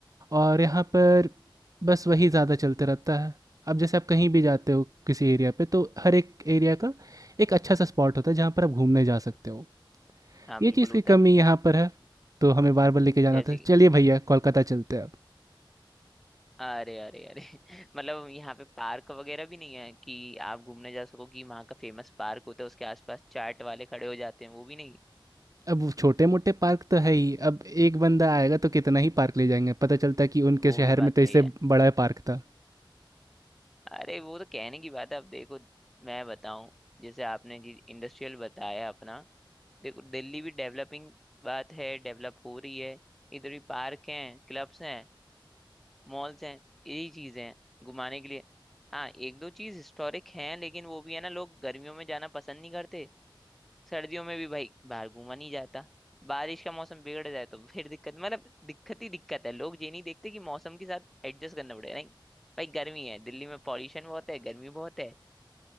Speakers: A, on the right; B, in the centre.
A: और यहाँ पर बस वही ज़्यादा चलते रहता है अब जैसे आप कहीं भी जाते हो किसी एरिया पे तो हर एक एरिया का एक अच्छा सा स्पॉट होता है जहाँ पर आप घूमने जा सकते हो
B: हाँ
A: ये
B: बिल्कुल
A: चीज़ की
B: होता
A: कमी
B: है
A: यहाँ पर है तो हमें बार बार लेके जाना
B: जैसे
A: था चलिए भैया कोलकाता चलते हैं अब
B: अरे अरे अरे <laughs> मतलब यहाँ पे पार्क वगैरह भी नहीं है कि आप घूमने जा सको कि वहाँ का फेमस पार्क होता है उसके आसपास चाट वाले खड़े हो जाते हैं वो भी नहीं
A: अब वो छोटे मोटे पार्क तो है ही अब एक बंदा आएगा तो कितना ही पार्क ले जाएंगे पता चलता है कि उनके
B: वो
A: शहर
B: भी बात
A: में तो
B: सही
A: इससे
B: है
A: बड़ा पार्क था
B: अरे वो तो कहने की बात है अब देखो मैं बताऊं जैसे आपने जी इंडस्ट्रियल बताया अपना देखो दिल्ली भी डेवलपिंग बात है डेवलप हो रही है इधर भी पार्क हैं क्लब्स हैं मॉल्स हैं यही चीजें हैं घुमाने के लिए हाँ एक दो चीज हिस्टोरिक हैं लेकिन वो भी है ना लोग गर्मियों में जाना पसंद नहीं करते सर्दियों में भी भाई बाहर घूमा नहीं जाता बारिश का मौसम बिगड़ जाए तो फिर दिक्कत मतलब दिक्कत ही दिक्कत है लोग ये नहीं देखते कि मौसम के साथ एडजस्ट करना पड़ेगा नहीं भाई गर्मी है दिल्ली में पॉल्यूशन बहुत है गर्मी बहुत है